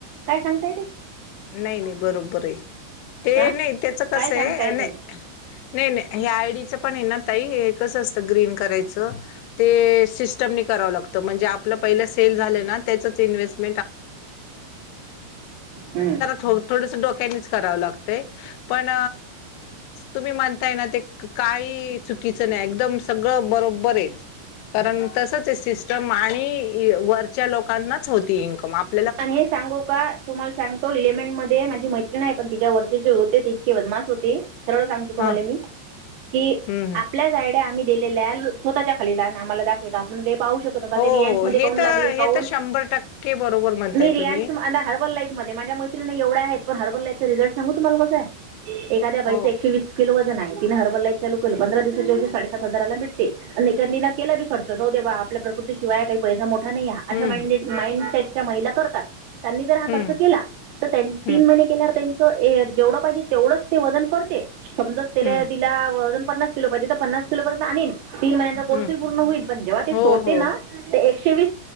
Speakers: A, on the right; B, on the left.
A: काय सांगताय ते
B: नाही नाही बरोबर आहे ते
A: अ
B: नाही त्याच कसं
A: काय सांगता
B: आहे
A: येते.
B: नाही. नाही नाही ह्या आयडीचं पण आहे ना तई हे कसं असतं ग्रीन करायचं. ते सिस्टमनी करावं लागतं म्हणजे आपलं पहिलं सेल झालं ना त्याच इन्व्हेस्ट.
A: हम्म.
B: ख आ. थोडंसं डोक्यानीच करावं लागतंय पण तुम्ही म्हणताय ना ते काही चुकीचं नाही एकदम सगळं बरोबर आहे. कारण तसच आहे सिस्टम आणि वरच्या लोकांनाच होती इन्कम आप
A: आणि हे सांगो का तुम्हाला सांग. तो इलिमेंट मध्ये माझी मैत्रीि नाही पण तिच्या ववरचे जे होते ते इतके वदमास होते. सरवळ सांगतो तुम्हाला
B: हा
A: मी की
B: हम्म हम्म
A: आपल्या जाड. आम्ही दिलेल्या स्वतःच्या खलीला आ्हाला दाखवे का आपण काही पाहू शकतो.
B: हो
A: ते रिएं
B: हो
A: मध्ये
B: हे
A: कून
B: तर
A: लागली पाहून
B: हे तर शंभर टक्के बरोबर. म्हणताय
A: मी रियानशा
B: तुम्ही
A: हर्बल लाईफ मध्ये माझ्या एवढ्या आहेत पण हरबललाचं रिझल सांगू तुम्हाला कस आहे एखाद्या बाईच
B: हो
A: एकशे. किलो वजन आहे तिन हरबला लाईफ चालू केले पंधरा दिवसाच्या दिवशी साडेसात हजाराला भेटते. कांनी ना केला बी खर्च जाऊ दे आपल्या प्रकृतीशिवाय काही पैसा मोठ. हा नाही ह
B: हम्म
A: अशा मां माइंडसेटच्या महिला करतात त्यांनी जर हा
B: हम्म
A: खर्च केला. तर त्यां तीन
B: हम्म
A: महिने केल्यावर त्यांच जेवढं पाहिजे तेवढंच ते वजन करते समजा. त्या
B: हम्म
A: तिलाज पन्ना किो पाहिजे तर पन्नास किलोर्यंत आणन. तीन महिन्यांचा कोर्सही
B: हम्म
A: पूर्ण होईल पण जेव्हा ते
B: हो
A: सोडते
B: हो
A: ना. ते एकशे वीस